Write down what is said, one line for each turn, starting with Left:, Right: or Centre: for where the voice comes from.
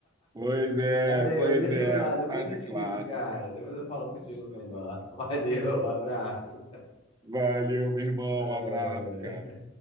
Right: Pois é,
Left: Valeu,
Right: pois
Left: deixa
Right: é,
Left: eu ir lá, depois
Right: frase
Left: eu te
Right: clássica.
Left: ligo, cara. Depois eu falo contigo melhor. <laughs> Valeu, um abraço.
Right: Valeu, meu irmão.
Left: Ah.
Right: Um abraço, cara.